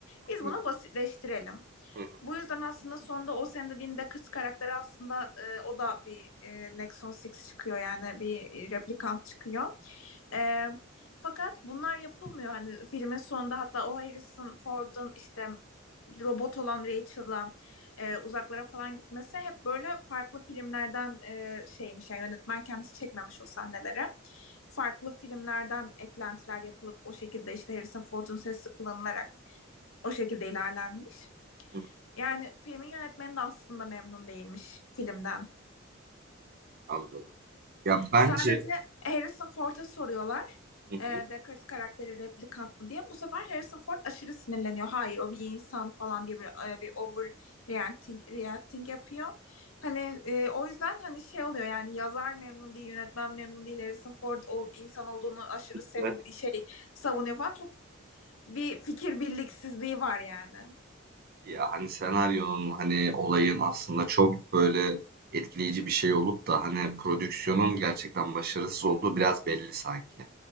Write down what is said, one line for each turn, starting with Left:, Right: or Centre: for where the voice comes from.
Left: Biz
Right: hı,
Left: bunu basitleştirelim.
Right: hı, hı,
Left: Bu yüzden aslında sonda o senin dediğin de kız karakteri aslında e, o da bir e, Nexon 6 çıkıyor yani bir replikant çıkıyor. E, fakat bunlar yapılmıyor hani filmin sonunda hatta o Harrison Ford'un işte robot olan Rachel'la e, uzaklara falan gitmesi hep böyle farklı filmlerden e, şeymiş yani yönetmen kendisi çekmemiş o sahneleri farklı filmlerden eklentiler yapılıp o şekilde işte Harrison Ford'un sesi kullanılarak o şekilde ilerlenmiş.
Right: hı,
Left: Yani filmin yönetmeni de aslında memnun değilmiş filmden.
Right: Anladım. Ya bence
Left: Sadece Harrison Ford'a soruyorlar.
Right: Hı hı.
Left: E, Descartes karakteri replikant mı diye. Bu sefer Harrison Ford aşırı sinirleniyor. Hayır o bir insan falan diye bir, e, bir over reacting, reacting yapıyor. Hani e, o yüzden hani şey oluyor yani yazar memnun değil, yönetmen memnun değil. Harrison Ford o insan olduğunu aşırı sevin
Right: Ne-
Left: şey savunuyor falan. Çok bir fikir birliksizliği var yani.
Right: Ya, hani, senaryonun, hani, olayın aslında çok, böyle, etkileyici bir şey olup da, hani, prodüksiyonun gerçekten başarısız olduğu biraz belli sanki